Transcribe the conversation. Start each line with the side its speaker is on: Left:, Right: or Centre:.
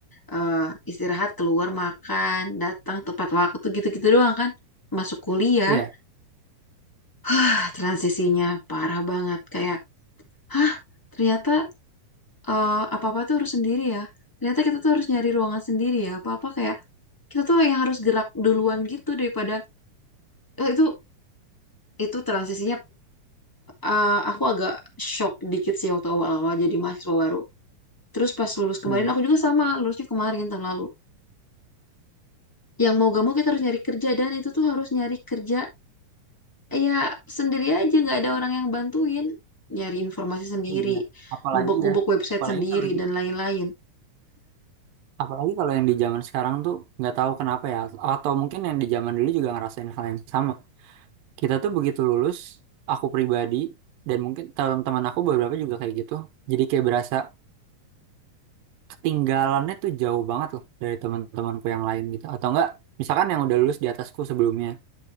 Left: eh, istirahat keluar makan datang tepat waktu gitu-gitu doang kan masuk kuliah
Right: Iya.
Left: ah, transisinya parah banget kayak hah ternyata eh, apa-apa tuh harus sendiri ya ternyata kita tuh harus nyari ruangan sendiri ya apa-apa kayak kita tuh yang harus gerak duluan gitu daripada eh, itu itu transisinya eh, aku agak shock dikit sih waktu awal-awal jadi mahasiswa baru. Terus pas lulus kemarin,
Right: Hmm.
Left: aku juga sama, lulusnya kemarin tahun lalu. Yang mau gak mau kita harus nyari kerja, dan itu tuh harus nyari kerja ya sendiri aja, nggak ada orang yang bantuin. Nyari informasi sendiri,
Right: Iya. Apalagi
Left: ngubek-ngubek
Right: ya.
Left: website
Right: Apalagi
Left: sendiri,
Right: kalau di
Left: dan lain-lain.
Right: Apalagi kalau yang di zaman sekarang tuh nggak tahu kenapa ya, atau mungkin yang di zaman dulu juga ngerasain hal yang sama. Kita tuh begitu lulus, aku pribadi dan mungkin teman-teman aku beberapa juga kayak gitu. Jadi kayak berasa ketinggalannya tuh jauh banget loh dari teman-temanku yang lain gitu. Atau enggak, misalkan yang udah lulus di atasku sebelumnya,